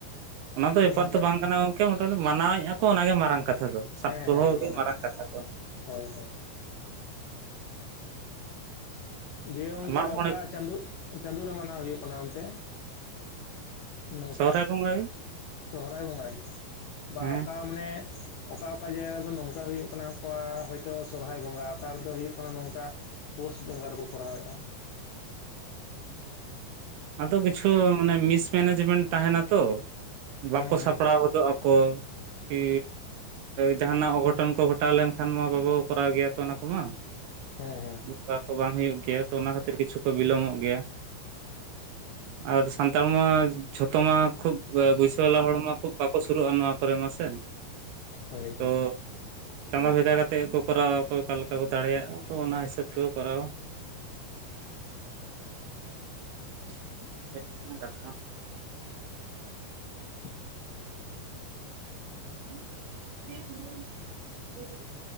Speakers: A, on the right; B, on the left.
A: ᱚᱱᱟ ᱫᱚ ᱵᱮᱯᱟᱨ
B: ᱚᱱᱠᱟ
A: ᱛᱚ ᱵᱟᱝ ᱠᱟᱱᱟ ᱜᱚᱝᱠᱮ ᱢᱚᱴᱟᱢᱩᱴᱤ ᱢᱟᱱᱟᱣᱮᱜᱼᱟ ᱠᱚ ᱚᱱᱟᱜᱮ ᱢᱟᱨᱟᱝ ᱠᱟᱛ ᱠᱟᱛᱷᱟ ᱫᱚ ᱥᱟᱵ
B: ᱦᱮᱸ
A: ᱫᱚᱦᱚ
B: ᱦᱮᱸ
A: ᱜᱮ
B: ᱢᱟᱱᱟᱣ
A: ᱢᱟᱨᱟᱝ ᱠᱟᱛᱷᱟ ᱫᱚ
B: ᱦᱳᱭ ᱦᱳᱭ ᱫᱤᱭᱮ ᱜᱚᱝᱠᱮ
A: ᱢᱟᱜ ᱢᱚᱬᱮ
B: ᱚᱠᱟ ᱪᱟᱸᱫᱳ ᱪᱟᱸᱫᱳ ᱨᱮ ᱢᱟᱱᱟᱣ ᱦᱳᱭᱳᱜ ᱠᱟᱱᱟ ᱚᱱᱛᱮ ᱱᱚᱝᱠᱟ
A: ᱥᱚᱦᱨᱟᱭ ᱵᱚᱸᱜᱟ ᱜᱮ
B: ᱥᱚᱦᱚᱨᱟᱭ ᱵᱚᱸᱜᱟ ᱜᱮ ᱵᱟ
A: ᱦᱮᱸ
B: ᱚᱠᱟ ᱢᱟᱱᱮ ᱚᱠᱟ ᱚᱠᱟ ᱡᱟᱭᱜᱟ ᱨᱮᱫᱚ ᱱᱚᱝᱠᱟ ᱦᱩᱭᱩᱜ ᱠᱟᱱᱟ ᱚᱠᱟ ᱥᱚᱨᱦᱟᱭ ᱵᱚᱸᱜᱟ ᱚᱠᱟ ᱨᱮᱫᱚ ᱦᱩᱭᱩᱜ ᱠᱟᱱᱟ ᱱᱚᱝᱠᱟ ᱯᱳᱥ ᱵᱚᱸᱜᱟ ᱨᱮᱠᱚ ᱠᱚᱨᱟᱣᱮᱜᱼᱟ
A: ᱟᱫᱚ
B: ᱦᱩᱸ
A: ᱠᱤᱪᱷᱩ ᱢᱤᱥ ᱢᱮᱱᱮᱡᱢᱮᱱᱴ ᱛᱟᱦᱮᱱᱟ ᱛᱚ ᱵᱟᱠᱚ
B: ᱦᱩᱸ
A: ᱥᱟᱯᱲᱟᱣ ᱜᱚᱫᱚᱜᱼᱟ ᱠᱚ ᱠᱤ ᱡᱟᱦᱟᱱᱟᱜ ᱚᱜᱷᱚᱴᱚᱱ ᱠᱚ ᱜᱷᱚᱴᱟᱣ ᱞᱮᱱᱠᱷᱟᱱ ᱢᱟ ᱵᱟᱵᱚ ᱠᱚᱨᱟᱣ ᱜᱮᱭᱟ ᱛᱚ ᱚᱱᱟ ᱠᱚᱢᱟ᱾
B: ᱦᱮᱸ ᱦᱮᱸ
A: <unintelligible> ᱠᱚ ᱵᱟᱝ ᱦᱩᱭᱩᱜ ᱜᱮᱭᱟ ᱛᱚ ᱚᱱᱟ ᱠᱷᱟᱹᱛᱤᱨ ᱠᱤᱪᱷᱩ ᱠᱚ ᱵᱤᱞᱚᱢᱚᱜ ᱜᱮᱭᱟ ᱟᱨ ᱥᱟᱱᱛᱟᱲ ᱢᱟ ᱡᱷᱚᱛᱚ ᱢᱟ ᱠᱷᱩᱵ ᱵᱟᱹᱭᱥᱟᱣᱟᱞᱟ ᱦᱚᱲᱢᱟ ᱠᱷᱩᱵ ᱵᱟᱠᱚ ᱥᱩᱨᱩᱜᱼᱟ ᱱᱚᱣᱟ ᱠᱚᱨᱮ ᱢᱟᱥᱮ
B: ᱦᱳᱭ
A: ᱛᱚ
B: ᱦᱳᱭ
A: ᱪᱟᱸᱫᱟ ᱵᱷᱮᱫᱟ ᱠᱟᱛᱮᱫ ᱠᱚ ᱠᱚᱨᱟᱣᱟ ᱚᱠᱚᱭ ᱚᱠᱟ ᱞᱮᱠᱟ ᱠᱚ ᱫᱟᱲᱮᱭᱟᱜᱼᱟ ᱛᱚ ᱚᱱᱟ ᱦᱤᱥᱟᱹᱵᱽ ᱛᱮ ᱛᱚ ᱠᱚᱨᱟᱟᱣᱼᱟ <inaudible>
B: <inaudible>
A: <inaudible>